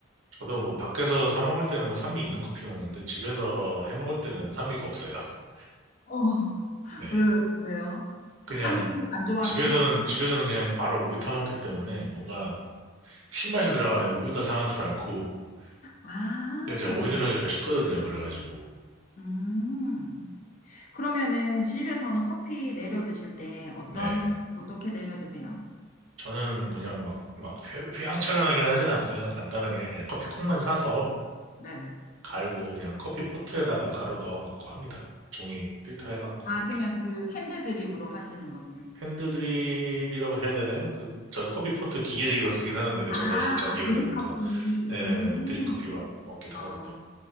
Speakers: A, on the right; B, on the left.
A: 저도 뭐, 밖에서 사 먹을 때는 뭐, 산미 있는 커피 먹는데, 집에서 해 먹을 때는 산미가 없어요. <laughs>
B: 어,
A: 네.
B: 왜, 왜요?
A: 그냥,
B: 산미 있는 거 안 좋아하세요?
A: 집에서는, 집에서는 그냥 바로 우유 타 먹기 때문에, 뭔가, 신맛이 들어가면 우유가 상한 줄 알고, <laughs>
B: 아,
A: 그냥 제가 오인을 하기가 쉽거든요, 그래가지고.
B: 음. 그러면은 집에서는 커피 내려 드실 때 어떤,
A: 네.
B: 어떻게 내려 드세요?
A: 저는 그냥 막, 막, 휘- 휘황찬란하게 하진 않고, 그냥 간단하게 그냥 커피콩만 사서,
B: 네.
A: 갈고 그냥 커피 포트에다가 가루 넣어갖고 합니다. 종이 필터 해갖고
B: 아,
A: 이렇게.
B: 그러면 그 핸드 드립으로 하시는 거예요?
A: 핸드드립이라고 해야 되나요? 그 저도 커피 포트 기계식으로 쓰긴 하는데 그
B: 아,
A: 전자
B: 아,
A: 전기로
B: 드립커피.
A: 되는 거. 네네네
B: 음.
A: 드립 커피로 먹기도
B: 아,
A: 하거든요.